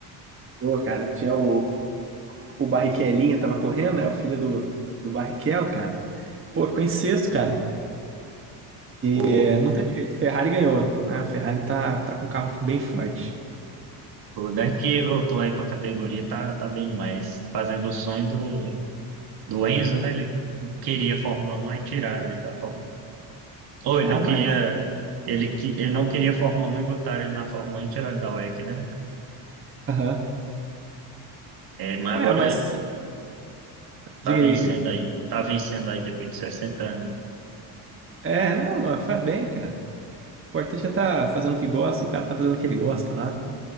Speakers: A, on the right; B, on the right.
A: Pô, cara, tinha o, o Barrichellinha, tava correndo, né? O filho do, do Barrichello, cara. Pô, ficou em sexto, cara.
B: O,
A: É, não teve jeito. Ferrari ganhou, né? A Ferrari tá, tá com um carro bem forte.
B: o Deck voltou aí pra categoria, tá, tá bem demais. Fazendo o sonho do, do Enzo, né? Ele queria Fórmula um e tiraram ele da Fórmula 1. Ou ele
A: É,
B: não
A: mas...
B: queria. Ele, que- ele não queria Fórmula um e botaram ele na Fórmula 1 e tiraram da WEC, né?
A: Aham.
B: É, mas
A: É,
B: agora
A: mas...
B: tá
A: Diga
B: vencendo
A: aí, cara.
B: aí. Tá vencendo aí depois de 60 anos. né?
A: É, não, mas faz bem, cara. O importante é tá fazendo o que gosta, o cara tá fazendo o que ele gosta lá.